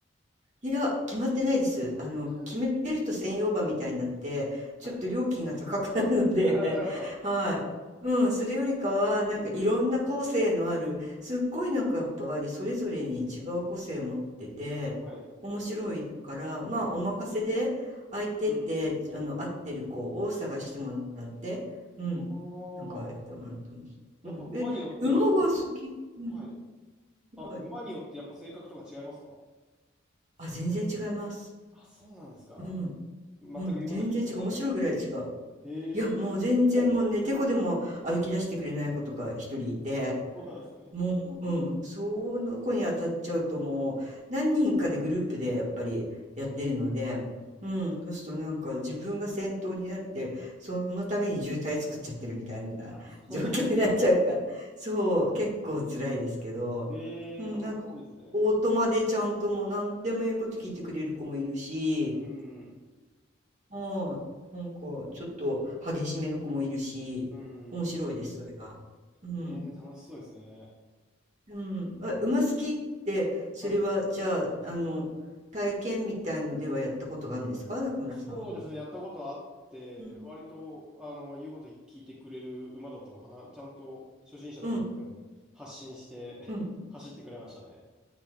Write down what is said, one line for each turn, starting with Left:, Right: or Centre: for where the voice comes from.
Right: いや、決まってないです。あの、
Centre: あ、いや
Right: 決めると専用馬みたいになって、ちょっと料金が高くなるので、
Centre: はい。あ、なるほど。
Right: <laughs> はい。うん、それよりかは、なんかいろんな個性のある、
Centre: うんうん
Right: すっごいなんかやっぱりそれぞれに違う個性を持ってて、
Centre: はい。
Right: 面白いから、まあお任せで相手って、
Centre: うんうん。
Right: あの、合ってる子を探してもらって、うん、
Centre: ああ、
Right: なんかやってもらってます。
Centre: やっぱ馬によっては、
Right: うん、え、馬が好き、うん、
Centre: はい。
Right: すごい。
Centre: あ、馬によってやっぱ性格とか違いますか
Right: あ、全然違います。
Centre: あ、そうなんですか。
Right: うん。
Centre: 全く言うこと聞いてくれないとか。
Right: うん、全然違う。面白いぐらい違う。
Centre: へえ、
Right: いや、もう全然もうね、てこでも歩き出してくれない子とか一人いて、
Centre: そうなんですね。
Right: もう、うん、その子に当たっちゃうともう何人かでグループでやっぱりやってるので、
Centre: うん。
Right: うん、そうするとなんか自分が先頭になって、そのために渋滞作っちゃってるみたいな
Centre: あ、そうなんです。
Right: <laughs> 状況になっちゃうから、そう、結構辛いですけど、
Centre: ええ、
Right: うん、
Centre: 楽しそうですね。
Right: なんかオートマでちゃんともう何でも言うこと聞いてくれる子もいるし、
Centre: うん。
Right: はい。なんか、ちょっと激しめの子もいるし、
Centre: うん。
Right: 面白いです、それが。うん。
Centre: へえ、楽しそうですね。
Right: うん。あ、
Centre: あ
Right: 馬好きって、それは、
Centre: はい。
Right: じゃあ、あの、体験みたいのではやったことがあるんですか、中村さん。
Centre: そうですね。やったことあって、
Right: うん。
Centre: 割と、あの、言うこと聞いてくれる馬だったのかな。ちゃんと初心者の僕でも発信して
Right: うん。うん。
Centre: <laughs> 走ってくれましたね。